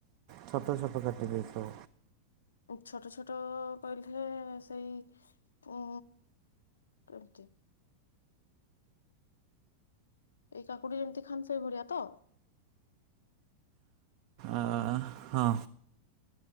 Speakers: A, on the right; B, on the left.
A: ଛୋଟ ଛୋଟ କାଟି ଦେଇିଥିବ।
B: ଛୋଟ ଛୋଟ କହିଲେ ସେଇ ଉଁ କେଡିକ୍ ଟେ ଏଇ କାକୁଡି ଯେମିତି ଖାଆନ୍ତି ସେଇ ଭଳିଆ ତ?
A: ଆଁ ହଁ।